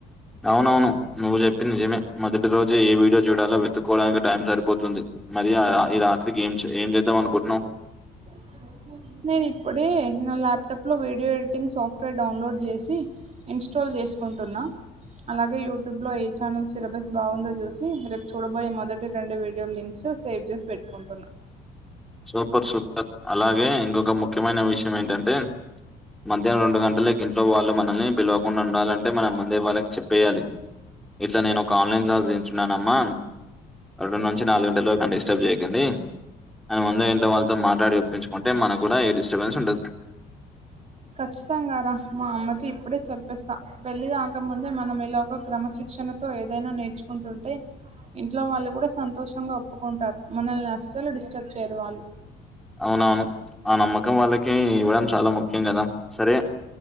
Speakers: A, in the centre; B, on the right.
A: అవునవును నువ్వు చెప్పింది నిజమే మొదటి రోజే ఏ వీడియో చూడాలో వెతుకోడానికి టైం సరిపోతుంది మరి ఈ ఈ రాత్రికి ఏం ఏం చేద్దాం అనుకుంటున్నావు
B: <inaudible> నేను ఇప్పుడే నా ల్యాప్టాప్ లో వీడియో ఎడిటింగ్ సాఫ్ట్వేర్ డౌన్లోడ్ చేసి ఇ స్టల్ చేసుకుంటున్నా అలాగే యూట్యూబ్ లో ఏ ఛానల్ సిలబస్ బాగుందో చూసి రేపు చూడబోయే మొదటి రెండు వీడియో లింక్స్ సేవ్ చేసి పెట్టుకుంటున్నా
A: సూపర్ సూపర్ అలాగే ఇంకొక ముఖ్యమైన విషయం ఏంటంటే మధ్యాహనం రెండు గంటలకింట్లో వాళ్ళు మనల్ని పిలవకుండా ఉండాలంటే మనం ముందే వాళ్ళకి చెప్పేయాలి ఇట్లా నేను ఒక ఆన్లైన్ క్లాస్ వింటున్నానమ్మా రెండు నుంచి నాలుగు గంటల వరకు నన్ను డిస్టర్బ్ చేయ్యకండి అని ముందు ఏంటో వాళ్ళతో మాట్లాడి ఒప్పించుకుంటే మనకు కూడా ఏ డిస్టర్బెన్స్ ఉండదు.
B: ఖచ్చితంగా రా కదా మా అమ్మకి ఇప్పుడే చెప్పెస్తా పెళ్ళి కాకముందే మనం ఇలా ఒక క్రమశిక్ష క్షణతో ఏదైనా నేర్చుకుంటుంటే ఇంట్లో వాళ్ళు కూడా సంతోషంగా ఒప్పుకుంటారు, మనల్ని అస్సలు డిస్టర్బ్ చేయరు వాళ్ళు
A: అవునవును ఆ నమ్మకం వాళ్ళకి ఇవ్వడం చాలా ముఖ్యం కదా సరే